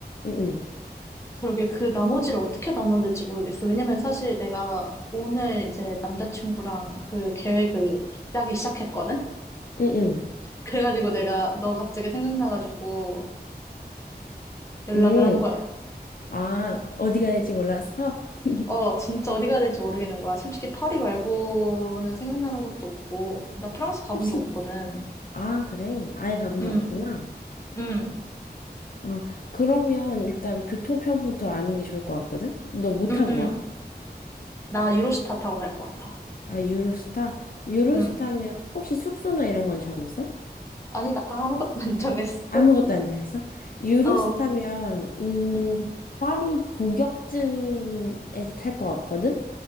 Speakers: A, on the left (about 55°); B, on the left (about 15°).
A: 응, 응,
B: 그러게 그 나머지를 어떻게 나눠야 될지 모르겠어. 왜냐면 사실 내가 오늘 이제 남자친구랑 그 계획을 짜기 시작했거든?
A: 응, 응.
B: 그래가지고 내가 너 갑자기 생각나가지고 연락을
A: 응.
B: 한 거야.
A: 아, 어디가 될지 몰랐어? <laughs>
B: 어, 진짜 어디 가야 될지 모르겠는 거야. 솔직히 파리 말고는 생각나는 것도 없고, 나 프랑스 가본
A: 혹시,
B: 적 없거든.
A: 아, 그래. 아예 가본
B: 응,
A: 적 없구나.
B: 응,
A: 어, 그러면 일단 교통편부터 아는 게 좋을 것 같거든? 너 뭐 타고
B: 응, 응.
A: 와?
B: 나 유로스타 타고 갈 것 같아.
A: 아, 유로스타? 유로스타면,
B: 응.
A: 혹시 숙소나 이런 건 정했어?
B: 아니다, 아무것도 안 정했어.
A: 아무것도 안 정했어? 유로스타면,
B: 어,
A: 음,
B: 응,
A: 파리 북역쯤에서 탈 것 같거든?